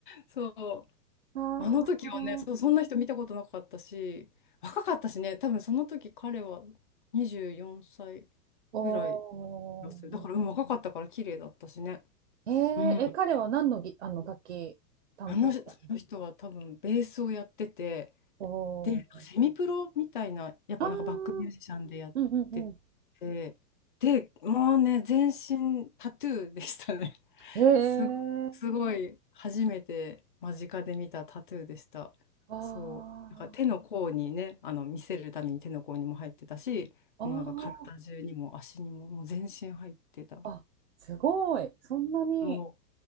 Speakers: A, on the left; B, on the right.
A: そう。
B: ああ、
A: あの時はね、そう、そんな人見たことなかったし、若かったしね、多分その時彼は24歳
B: おお。
A: ぐらいだする。だから、うん、若かったから綺麗だったしね。
B: えー、
A: うん。
B: え、彼は何のぎ、あの楽器担当とか。
A: あの、その人は多分ベースをやってて、
B: お
A: で、
B: お。
A: セミプロみたいな、やっぱなんかバックミュージシャンでやってて、
B: ああ、うんうん
A: で、もうね、全身タトゥーでしたね。
B: うん。へえ。
A: すご、すごい初めて間近で見たタトゥーでした。
B: あ
A: そう。なんか手の甲にね、あの見せるために手の甲にも入ってたし、
B: あ、
A: もうなんか体中にも足にも、もう全身入ってた。
B: ああ、あ、すごい。そんなに
A: そ